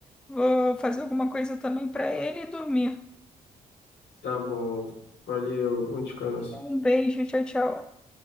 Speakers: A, in the centre; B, on the left.
A: Vou fazer alguma coisa também pra ele e dormir.
B: Tá bom, valeu, bom descanso.
A: Um beijo, tchau, tchau.